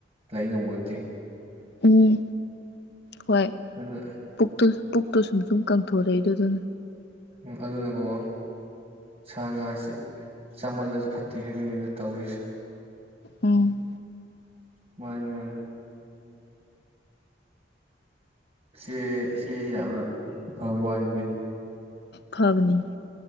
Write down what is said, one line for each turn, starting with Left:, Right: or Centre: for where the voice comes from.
Right: ꯂꯩ ꯉꯝꯕ ꯅꯠꯇꯦ
Left: ꯎꯝ ꯍꯣꯏ
Right: ꯑꯗꯨꯅ
Left: ꯄꯨ ꯇ ꯄꯨꯛꯇꯣ ꯁꯨꯝ ꯁꯨꯝ ꯀꯪꯊꯣꯔꯛꯏ ꯑꯗꯨꯗꯨꯅ
Right: ꯎ ꯑꯗꯨꯅꯀꯣ ꯁꯥ ꯉꯥꯁ ꯆꯥꯃꯜꯂꯁꯨ ꯐꯠꯇꯦ ꯍꯥꯏꯕꯅꯤꯅ ꯇꯧꯔꯤꯁꯦ
Left: ꯎꯝ
Right: ꯃꯥꯅꯤ ꯃꯥꯅꯤ ꯁꯤ ꯁꯤ ꯌꯥꯝꯅ ꯐꯕꯩ ꯋꯥꯅꯤꯅꯦ
Left: ꯈꯥꯕꯅꯤ